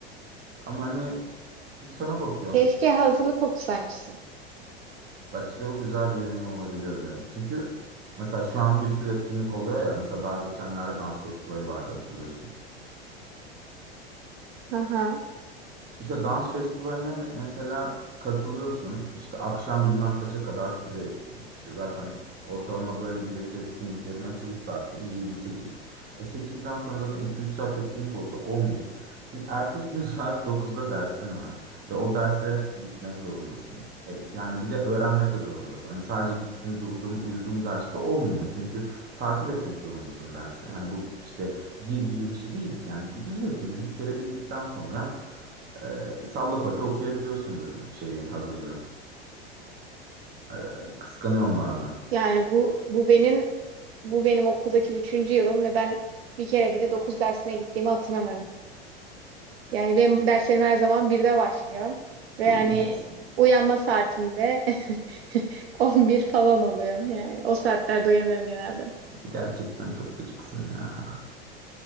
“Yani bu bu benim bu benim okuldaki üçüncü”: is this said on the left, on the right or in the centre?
Right